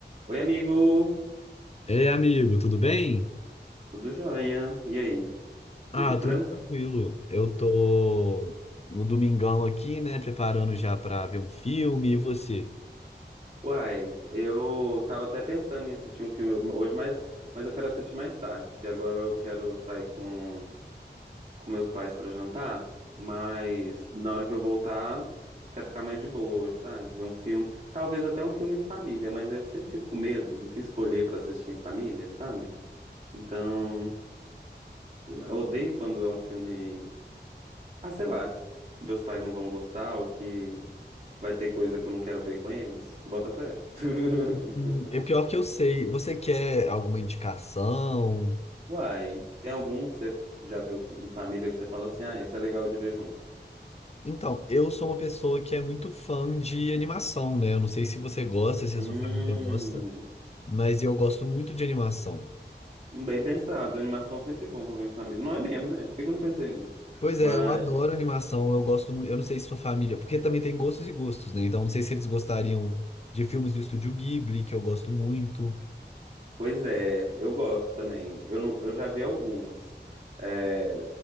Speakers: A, on the right; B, on the left.
A: Oi, amigo.
B: Ei, amigo, tudo bem?
A: Tudo jóia? E aí?
B: Ah,
A: Tudo tranquilo?
B: tudo tranquilo. Eu tô no domingão aqui, né, preparando já pra ver um filme. E você?
A: Uai, eu tava até pensando em assistir um filme hoje, mas, mas eu quero assistir mais tarde, porque agora eu quero sair com, com meus pais pra jantar, mas na hora que eu voltar, quero ficar mais de boa hoje, sabe? Ver um filme, talvez até um filme em família, mas aí eu sempre fico com medo do que escolher pra assistir em família, sabe? Então, eu odeio quando é um filme, ah, sei lá, que meus pais não vão gostar ou que Vai ter coisa que eu não quero ver com eles? Bota fé. <laughs>
B: Hum, é pior que eu sei. Você quer alguma indicação?
A: Uai, tem algum que você já viu em família que você fala assim, ah, esse é legal de ver junto?
B: Então, eu sou uma pessoa que é muito fã de animação, né? Eu não sei se você gosta, se
A: Hum,
B: a sua família gosta, mas eu gosto muito de animação.
A: bem pensado. Animação é sempre bom pra ver em família. Não é mesmo, né? Por que que eu não pensei nisso?
B: Pois
A: Mas,
B: é, eu adoro animação, eu gosto muito, eu não sei se sua família, porque também tem gostos e gostos, né? Então não sei se eles gostariam de filmes do Estúdio Ghibli, que eu gosto muito.
A: pois é, eu gosto também. Eu, não, eu já vi alguns. É,